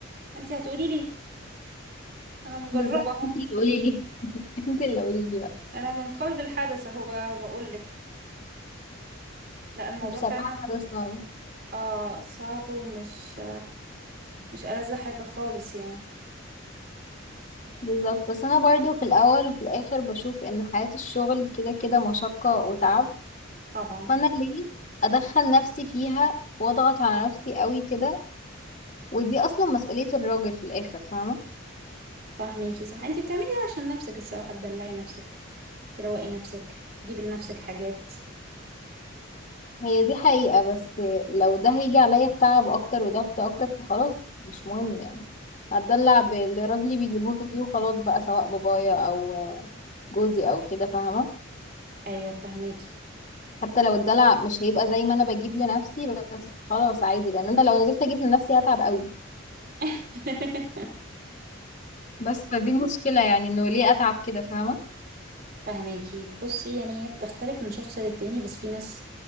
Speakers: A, on the right; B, on the left.
A: انت هتقولي لي انا
B: <laughs>
A: مجربة
B: بالظبط
A: اهو
B: انت اللي قولي لي <laughs> انت اللي قولي لي بقى
A: انا من قلب الحدث اهو بقول لك لا الموضوع
B: بصراحة
A: فعلا
B: حاجة صعبة
A: اه صعب ومش مش ألذ حاجة خالص يعني
B: بالظبط بس انا برضو في الاول وفي الاخر بشوف ان حياة الشغل كده كده مشقة وتعب
A: طبعا
B: فانا ليه ادخل نفسي فيها واضغط على نفسي قوي كده ودي اصلا مسؤولية الراجل في الاخر فاهمة
A: فاهميكي صح انت بتعملي ده عشان نفسك الصراحة تدلعي نفسك تروقي نفسك تجيبي لنفسك حاجات
B: هي دي حقيقة بس لو ده هيجي عليا بتعب اكتر وضغط اكتر فخلاص مش مهم يعني هتدلع باللي راجلي بيجيبوه لي وخلاص بقى سواء بابايا او جوزي او كده فاهمة
A: ايوه فاهماكي
B: حتى لو الدلع مش هيبقى زي ما انا بجيب لنفسي بس خلاص عادي لان انا لو نزلت اجيب لنفسي هتعب قوي
A: <laughs>
B: بس فدي المشكلة يعني انه ليه اتعب كده فاهمة
A: فهماكي بصي يعني هي بتختلف من شخص للتاني بس في ناس